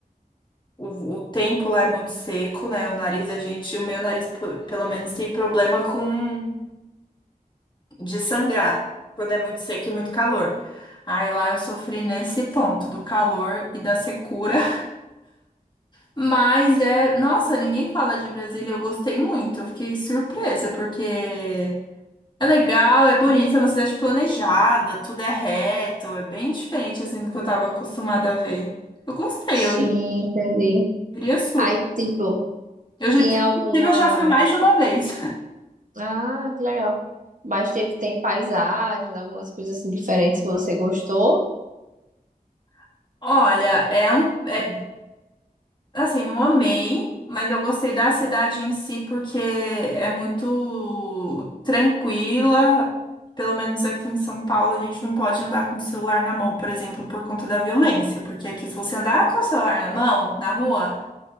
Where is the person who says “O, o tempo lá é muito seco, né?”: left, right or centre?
Left